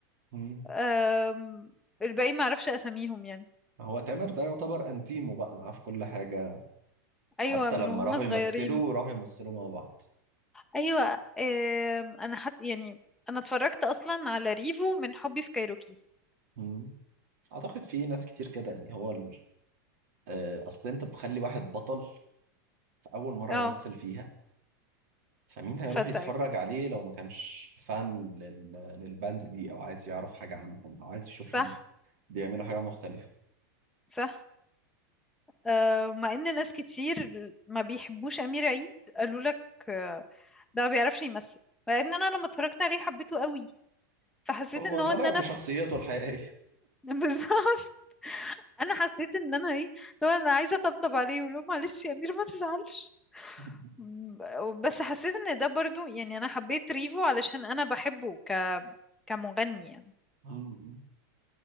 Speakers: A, on the right; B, in the centre.
A: مم.
B: أم، الباقي ما اعرفش اساميهم يعني
A: هو تامر ده يعتبر انتيمو بقى معاه في كل حاجة
B: ايوه
A: حتى
B: من
A: لما
B: وهم
A: راحوا
B: صغيرين
A: يمثلوا راحوا يمثلوا مع بعض
B: ايوه أم، انا حت يعني انا اتفرجت اصلا على ريفو من حبي في كايروكي
A: مم. اعتقد في ناس كتير كده يعني هو ال... آه، اصل انت بتخلي واحد بطل في اول مرة
B: اه
A: يمثل فيها فمين هيروح
B: فانتاك
A: يتفرج عليه لو ما كانش فان لل... للباند دي او عايز يعرف حاجة عنهم او عايز يشوفهم
B: صح
A: بيعملوا حاجة مختلفة
B: صح أم، مع ان ناس كتير ما بيحبوش امير عيد قالوا لك أه، ده ما بيعرفش يمثل مع ان انا لما اتفرجت عليه حبيته قوي فحسيت
A: هو
B: ان
A: طالع
B: هو ان انا
A: بشخصيته
B: في
A: الحقيقية
B: <laughs> بالظبط انا حسيت ان انا ايه لو انا عايزه اطبطب عليه ولو معلش يا امير ما تزعلش
A: <laughs>
B: ب- بس حسيت ان ده برضو يعني انا حبيت ريفو علشان انا بحبه ك كمغني يعني
A: مم.